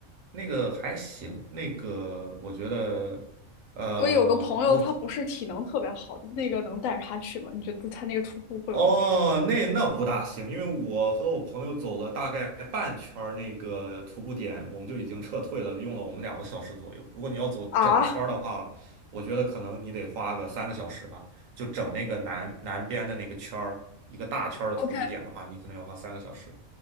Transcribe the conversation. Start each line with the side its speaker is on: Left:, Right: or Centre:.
Right: 那个还行，那个我觉得，呃，
Left: 我有个朋友，
Right: 我
Left: 他不是体能特别好，那个能带着他去吗？你觉得他那个徒步会有
Right: 哦，那那不大行，因为我和我朋友走了大概半圈儿那个徒步点，我们就已经撤退了，用了我们两个小时左右。如果你要走整圈儿的话，
Left: 啊
Right: 我觉得可能你得花个三个小时吧，就整那个南南边的那个圈儿，一个大圈儿的徒步点的话，
Left: ？OK，
Right: 你可能要花三个小时。